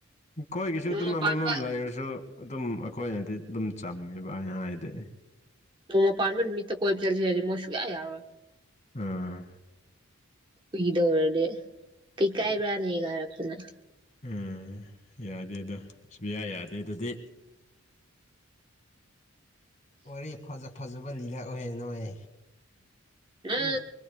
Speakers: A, on the left (about 35°); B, on the right (about 25°).
A: ꯈꯣꯏꯒꯤꯁꯨ
B: ꯅꯣꯡꯃ
A: ꯑꯗꯨꯝ ꯑꯃꯃꯝ
B: ꯄꯥꯟꯕ
A: ꯂꯩꯔꯁꯨ ꯑꯗꯨꯝ ꯑꯩꯈꯣꯏꯅꯗꯤ ꯑꯗꯨꯝ ꯆꯝꯃꯦꯕ ꯑꯅ ꯍꯥꯏꯗꯤ
B: ꯅꯣꯡꯃ ꯄꯥꯟꯕ ꯅꯨꯃꯤꯠꯇ ꯀꯣꯏꯕ ꯆꯁꯤꯖ ꯃꯣꯏ ꯁꯨꯛꯌꯥ ꯌꯥꯔꯣꯏ
A: ꯑꯥ
B: ꯀꯨꯏꯗꯧꯔꯗꯤ ꯀꯩ ꯀꯥꯏꯕ꯭ꯔꯥꯅꯦ ꯀꯥꯏꯔꯛꯇꯅ
A: ꯎꯝ ꯌꯥꯗꯦ ꯑꯗꯣ ꯁꯨꯌꯥ ꯌꯥꯗꯦ ꯑꯗꯨꯗꯤ ꯋꯥꯔꯤ ꯐꯖ ꯐꯖꯕ ꯂꯤꯂꯛ ꯑꯣꯏꯌꯦ ꯅꯣꯏ ꯎꯝ
B: ꯑ